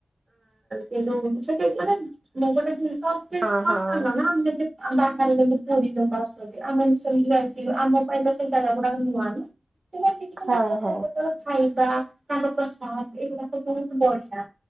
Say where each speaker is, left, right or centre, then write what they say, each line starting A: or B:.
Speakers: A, on the right; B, on the right.
A: କିନ୍ତୁ ସେଠି ମାନେ ମୁଁ ଗୋଟେ ଜିନିଷ। <unintelligible>
B: ହଁ ହଁ
A: ବାହାରେ ଯେମିତି ଆସଛନ୍ତି ଆମେ ସେ ଯାଇଥିଲୁ ଆମ ପାଇଁ ତ ସେଇ ଜାଗା ଗୁଡାକ ନୁଆ ନା। <unintelligible>
B: ହଁ ହଁ।
A: ସେପଟର ଖାଇବା ତାର ପ୍ରସାଦ ଏଗୁଡାକ ବହୁତ ବଢିଆ।